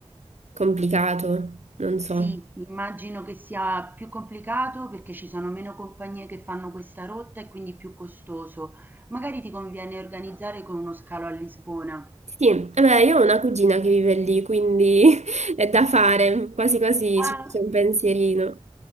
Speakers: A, on the right; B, on the right.
A: complicato, non so.
B: Sì, immagino che sia più complicato perché ci sono meno compagnie che fanno questa rotta e quindi più costoso. Magari ti conviene organizzare con uno scalo a Lisbona.
A: Sì, eh beh, io ho una cugina che vive lì, quindi <laughs> è da fare, quasi quasi
B: Ah.
A: ci faccio un pensierino.